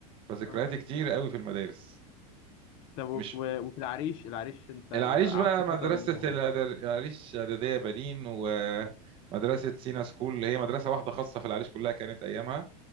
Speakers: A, on the right (about 25°); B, on the left (about 25°).
A: فذكرياتي
B: اه
A: كتير قوي في المدارس
B: طب و-
A: مش
B: و- وفي العريش العريش انت
A: العريش
B: قعدت
A: بقى مدرسة
B: فترة برضه في
A: الإعداد-
B: العريش
A: العريش إعدادية بنين ومدرسة سينا سكول اللي هي مدرسة واحدة خاصة في العريش كلها كانت أيامها